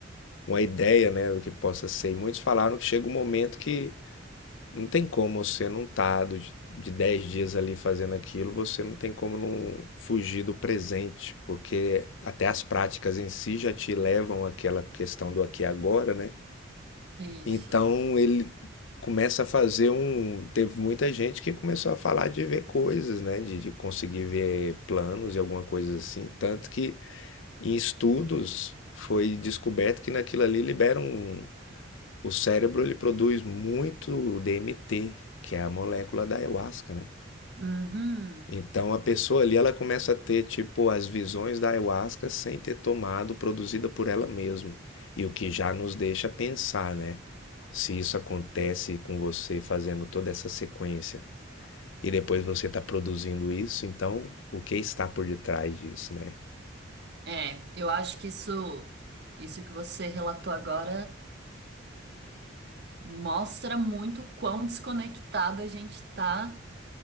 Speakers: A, on the left; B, on the right.
A: uma ideia, né, do que possa ser. E muitos falaram que chega um momento que não tem como você não tá do- de 10 dias ali fazendo aquilo, você não tem como não fugir do presente, porque até as práticas em si já te levam àquela questão do aqui e agora, né?
B: isso.
A: Então ele começa a fazer um. Teve muita gente que começou a falar de ver coisas, né? De, de conseguir ver planos e alguma coisa assim. Tanto que em estudos foi descoberto que naquilo ali libera um. O cérebro ele produz muito DMT, que é a molécula da ayahuasca, né?
B: Uhum.
A: Então a pessoa ali ela começa a ter tipo as visões da ayahuasca sem ter tomado, produzida por ela mesma. E o que já nos deixa pensar, né? Se isso acontece com você fazendo toda essa sequência e depois você está produzindo isso, então o que está por detrás disso, né?
B: É, eu acho que isso, isso que você relatou agora mostra muito o quão desconectado a gente tá